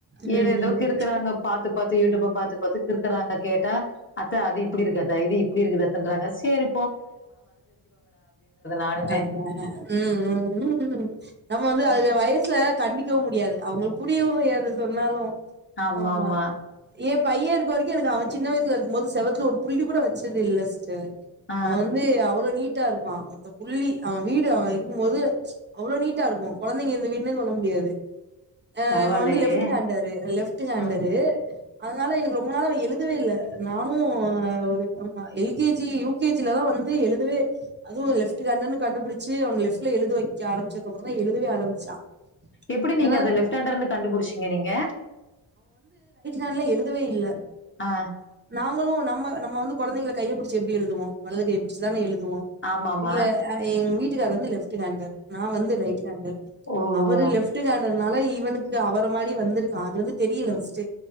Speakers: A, on the right; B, on the left.
A: ம்
B: ஏதேதோ
A: ம்
B: கிறுக்குறாங்க பார்த்து பார்த்து யூடியூப்ப பார்த்து பாத்து பாத்து கிறுக்குறாங்க கேட்டா அத்த அது இப்டி இருக்கு இது இப்டி இருக்குது அத்த சேரி நானுமே.
A: அதா ம் ம் ம் ம் நம்ம வந்து அதுக வயசுல கண்டி க்கவும் முடியாது அவங்களுக்கு புரியவு செய்யாது சொன்னாலு
B: ஆமாமா.
A: ஆம்மா ஏ பைய இருக்க வரைக்கும் எனக்கு அவன் வயசுல இருக்கும் போது செவத்துல ஒரு புள்ளி கூட வச்சது இல்ல சிஸ்டர்
B: ஆ
A: அவெ வந்து அவ்வளோ நீட்டா இருப்பா ஒத்த புள்ளி அவெ வீடு அவெ இருக்கும்போது அவ்வளோ நீட்டா இருக்கும் கொழந்தைங்க இருக்குற வீடுன்னே சொல்ல முடியாது ஆ
B: பரவாயில்லயே!
A: அவெ வந்து லெப்ட் ஹாண்டரு லெஃப்ட் ஹாண்டரு
B: ம்.
A: அதனால எனக்கு ரொம்ப நாளா அவெ எழுதவே இல்ல நானு ஒரு ஆமா L K G U K G Latha வந்து எழுதவே அதுவு லெஃப்ட் ஹான்ட்னு கண்டுபுடிச்சு அவன லெப்ட்ல எழுத வைக்க ஆரம்பிச்சதுக்கப்புற தா எழுதவே ஆரம்பிச்சா
B: எப்படி நீங்க
A: அதனால
B: அத லெப்ட் ஹாண்டர்னு கண்டுபிடிச்சீங்க நீங்க
A: நல்லா எழுதவே இல்ல
B: ஆ.
A: நாங்களு நம்ம நம்ம வந்து கொழந்தைகள கையப்பிடிச்சு எப்டி எழுதுவோ வலது கையைப்புடிச்சுதானே எழுதுவோ
B: ஆமாமா.
A: இல்ல எங்க வீட்டுக்காரர் வந்து லெஃப்ட் ஹாண்டர் நா வந்து ரைட் ஹேண்டர்
B: ஓஹோ!
A: அவரு லெப்ட் ஹேண்ட னால இவனுக்கு அவர மாரி வந்திருக்கா அது வந்து தெரியல பஸ்ட்டு